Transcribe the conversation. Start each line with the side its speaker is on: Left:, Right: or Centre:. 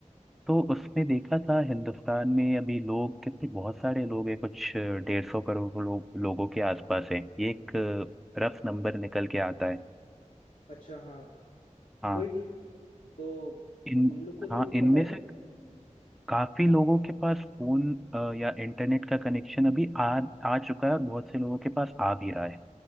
Centre: तो उसने देखा था हिंदुस्तान में अभी लोग कितने बहुत सारे लोग हैं कुछ डेढ़ सौ करोड़ लोग लोगों के आसपास हैं ये एक रफ नंबर निकल के आता है
Left: अच्छा हाँ
Centre: हाँ
Left: कोई नहीं तो
Centre: इन
Left: हम लोग को लेकिन
Centre: हाँ इनमें
Left: पता है क्या
Centre: से काफी लोगों के पास फोन अ, या इंटरनेट का कनेक्शन अभी आ आ चुका है और बहुत से लोगों के पास आ भी रहा है